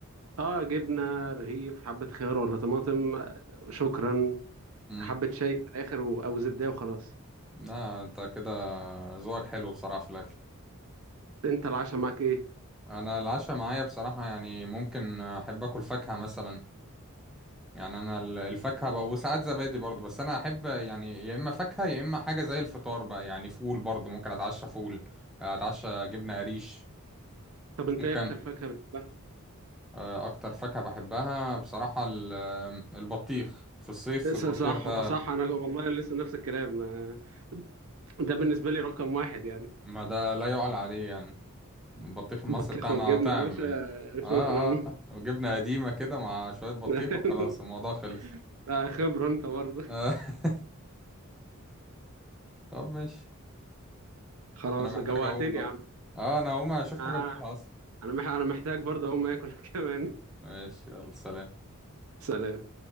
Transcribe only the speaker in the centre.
امم
لا انت كده ذوقك حلو بصراحة في الاكل
انا العشاء معايا بصراحة يعني ممكن احب اكل فاكهة مثلا يعني انا ال- الفاكهه بقى وساعات زبادي برضو بس انا احب يعني يا اما فاكهه يا اما حاجه زي الفطار بقى يعني فول برضو ممكن اتعشى فول اتعشى جبنه قريش
ممكن
آه، اكتر فاكهه بحبها بصراحه ال- آه، البطيخ في الصيف
البطيخ
ده
ما ده لا يعلى عليه يعني البطيخ المصري
بتاعنا
طعم
يعني اه
اه آه. وجبنه قديمه كده مع شويه بطيخ
وخلاص الموضوع خلص
آه. <laughs> طب ماشي
انا محتاج
اقوم بقى
اه انا هقوم اشوف
حاجه اكلها اصلا
ماشي يلا سلام